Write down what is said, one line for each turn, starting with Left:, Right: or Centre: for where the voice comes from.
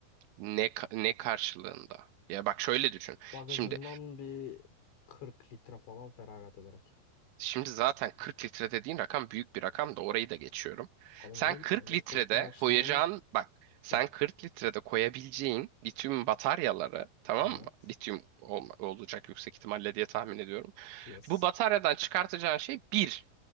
Right: Ne ka- ne karşılığında? Ya bak şöyle düşün.
Left: Bagajından
Right: Şimdi
Left: bir 40 litre falan feragat ederek.
Right: şimdi zaten 40 litre dediğin rakam büyük bir rakam da orayı da geçiyorum.
Left: Tamam
Right: Sen
Left: oğlum
Right: 40
Left: da elektrikli
Right: litrede
Left: araçlarda
Right: koyacağın bak sen
Left: Hı,
Right: 40 litrede koyabileceğin lityum bataryaları tamam
Left: evet.
Right: mı? Lityum olma- olacak yüksek ihtimalle diye tahmin ediyorum.
Left: Yes.
Right: Bu bataryadan çıkartacağın şey bir,